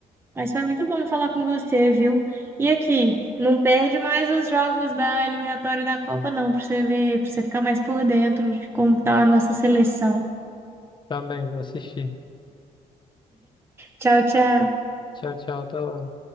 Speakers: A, on the right; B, on the left.
A: Mas foi muito bom falar com você, viu? E aqui, não perde mais os jogos da eliminatória da Copa, não, pra você ver, pra você ficar mais por dentro de como tá a nossa seleção.
B: Também vou assistir.
A: Tchau, tchau.
B: Tchau, tchau, até logo.